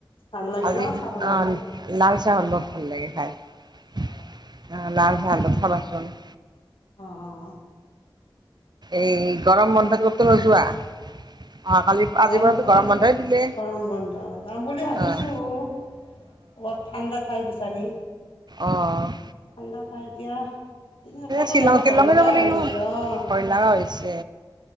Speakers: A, on the left; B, on the right.
A: ভাল লাগে
B: আজি
A: ন চাহৰ
B: অ',
A: লগত
B: লাল চাহৰ লগত ভাল লাগে খাই।
A: অ
B: লাল চাহৰ লগত খাবাচোন।
A: অ', অ',
B: এই গৰম বন্ধত কতো নোযোৱা? অহাকালি আজিৰ
A: যাম
B: পৰাতো
A: বুলি
B: গৰম বন্ধই দিলে
A: গৰম বন্ধত যাম বুলি ভাবিছোঁ।
B: অঁ
A: কৰবাত ঠাণ্ডা ঠাই বিচাৰি।
B: অ',
A: ঠাণ্ডা ঠাই এতিয়া এতিয়া ক'তো
B: শ্বিলং
A: যাব
B: তিলং
A: ভয় লগাই
B: এ যাব লাগিব
A: হৈছে অঁ
B: ভয় লগা হৈছে।